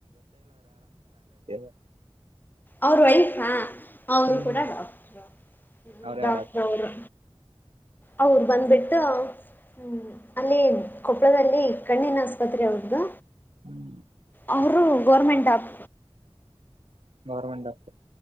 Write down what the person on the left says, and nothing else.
ಅವ್ರ ವೈಫಾ ಅವರು
ಕೂಡ ಡಾಕ್ಟ
ಡಾಕ್ಟರ್
ಅವರು ಹೌದ ಬಂದ್ಬಿಟ್ಟು ಹ್ಮ್ ಅಲ್ಲಿ ಕೊಪ್ಪಳದಲ್ಲಿ ಕಣ್ಣಿನ ಆಸ್ಪತ್ರೆ ಅವ್ರುದು
ಅವರು ಗೌರ್ಮೆಂಟ್ ಡಾಕ್